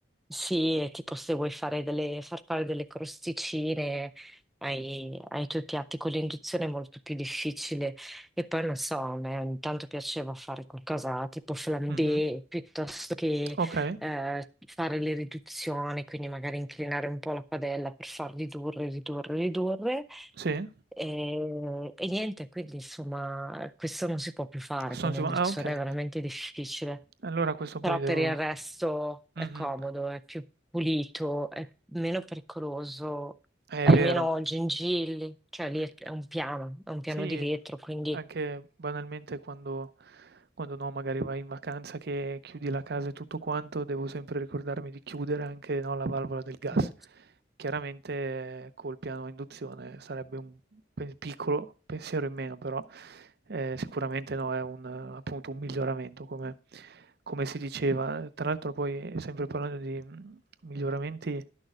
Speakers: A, in the centre; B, on the right.
A: Sì, è tipo se vuoi fare delle, far fare delle crosticine ai, ai tuoi piatti con l'induzione è molto più difficile. E poi non so, a me ogni tanto piaceva fare qualcosa tipo flambé
B: Mh-mh.
A: piuttosto che
B: Okay,
A: eh, fare le riduzioni, quindi magari inclinare un po' la padella per far ridurre, ridurre, ridurre.
B: sì.
A: E, e niente, quindi insomma, questo non si può più fare
B: Questo
A: con
B: su
A: l'induzione,
B: ah, okay.
A: è veramente difficile
B: Allora questo
A: però
B: poi devo
A: per il resto
B: mh-mh.
A: è comodo, è più pulito, è meno pericoloso,
B: È
A: hai
B: vero.
A: meno gengilli, cioè lì
B: Mh.
A: è è un piano, è un
B: Sì,
A: piano di vetro, quindi...
B: anche banalmente quando quando no, magari vai in vacanza che chiudi la casa e tutto quanto, devo sempre ricordarmi di chiudere anche, no, la valvola del gas.
A: Mhm.
B: Chiaramente eh, col piano a induzione sarebbe un pe- piccolo pensiero in meno, però eh, sicuramente no, è un, eh, appunto un miglioramento, come, come si diceva. Tra l'altro poi, sempre parlando di mm, miglioramenti,